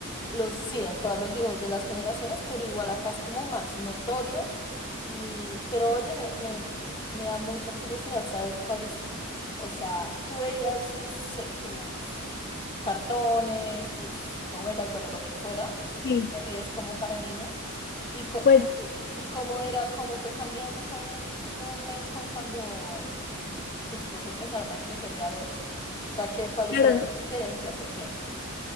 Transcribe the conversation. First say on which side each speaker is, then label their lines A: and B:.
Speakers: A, on the left; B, on the left.
A: los, sí, en todos los dibujos de las generaciones, pero igual acá es como más notorio. Y, pero oye, me, me, me da mucha curiosidad saber cuáles, o sea, tú veías tus, eh, tus cartones, tus novelas, bueno, lo que fuera,
B: sí,
A: series como para niños, y, co-
B: pues
A: y, y cómo era, cómo fue cambiando con, con, la, con cuando tus hijos empezaron a crecer y a ver? O sea, ¿qué, cuáles
B: claro,
A: eran las diferencias o qué?